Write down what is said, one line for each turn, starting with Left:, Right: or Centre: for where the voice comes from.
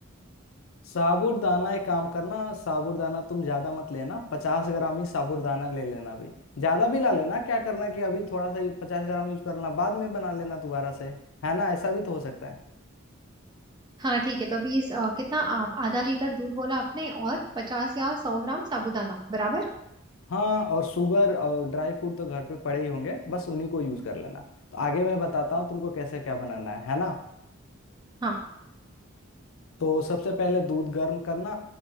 Left: साबूदाना एक काम करना साबूदाना तुम ज्यादा मत लेना पचास ग्राम ही साबूदाना ले लेना अभी ज्यादा भी ला लेना क्या करना कि अभी थोड़ा सा पचास ग्राम यूज कर लेना बाद में बना लेना दोबारा से है ना ऐसा भी तो हो सकता है
Right: हाँ ठीक है तो अभी इस अ, कितना आप आधा लीटर दूध बोला आपने और पचास या सौ ग्राम साबूदाना बराबर
Left: हाँ और शुगर और ड्राई फ्रूट तो घर पे पड़े ही होंगे बस उन्हीं को यूज कर लेना तो आगे मैं बताता हूँ तुमको कैसे क्या बनाना है है ना
Right: हाँ
Left: तो सबसे पहले दूध गर्म करना